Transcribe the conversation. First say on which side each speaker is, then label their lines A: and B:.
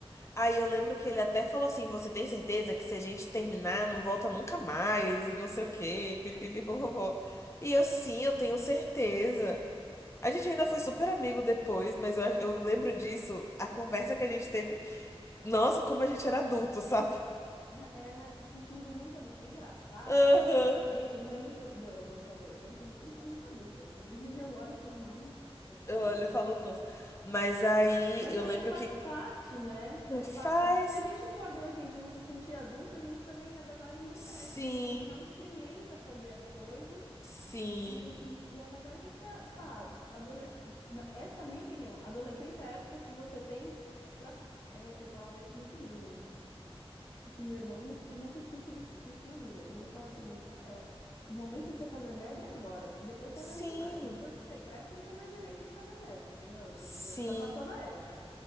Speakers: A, on the left; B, on the left.
A: Aí eu lembro que ele até falou assim: Você tem certeza que se a gente terminar, não volta nunca mais, e não sei o quê, pipipipopopó. E eu, sim, eu tenho certeza. A gente ainda foi super amigo depois, mas eu, ach- eu lembro disso, a conversa que a gente teve. Nossa, como a gente era adulto, <laughs> sabe?
B: né, é, né, se sentindo muito adulta. É engraçado,
A: Aham.
B: porque, gente, eu me lembro que eu, de eu de eu ser adolescente, eu me sentia muito adulta, assim. Hoje em dia eu olho e falo, nossa, cara.
A: Eu olho e falo, nossa. Mas aí
B: Mas
A: eu
B: acho
A: lembro
B: que faz
A: que
B: parte, né? Faz
A: um faz
B: parte. Porque se a gente for adolescente e não se sentir adulto, a gente também, na verdade, não
A: sim,
B: cresce, porque a gente não experimenta fazer as coisas.
A: sim,
B: E, e, e a verdade é que, a, pá, adolesc... na- essa é a minha opinião. A adolescência é a época que você tem pra. é, eu falava isso pro meu sobrinho, né? Que meu irmão não escu- nunca escute isso, isso na vida. Mas eu falo assim: é, o momento de você fazer merda é agora, porque depois você
A: sim,
B: é velho demais. Depois que você cresce, você não tem mais direito de fazer merda, entendeu?
A: sim,
B: Já, já passou da época.